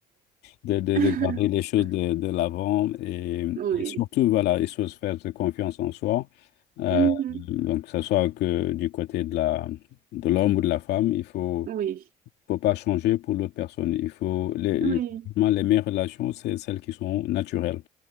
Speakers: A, on the left; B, on the right.
A: de, de
B: <laughs>
A: regarder les choses de, de l'avant et,
B: oui,
A: et surtout, voilà, il faut se faire de confiance en soi. Euh,
B: Mhm.
A: donc, que ce soit que du côté de la, de l'homme ou de la femme, il faut,
B: oui,
A: faut pas changer pour l'autre personne. Il faut, les,
B: oui,
A: vraiment, les meilleures relations, c'est celles qui sont naturelles.